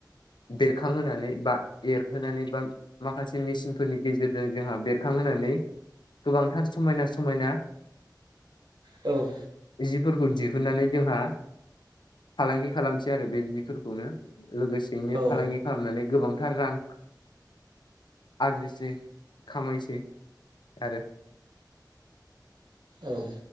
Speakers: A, on the left; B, on the right.
A: बेरखांहोनानै बा एरहोनानै बा माखासे मेसिनफोरनि गेजेर जों जोंहा बेरखांहोनानै गोबांथार समायना समायना।
B: औ।
A: जिफोरखौ दिहुननानै जोंहा फालांगि खालामसै आरो बे जिफोरखौनो। लोगोसेयैनो
B: औ
A: फालांगि खालामनानै गोबांथार रां आरजिसै। खामायसै आरो
B: औ।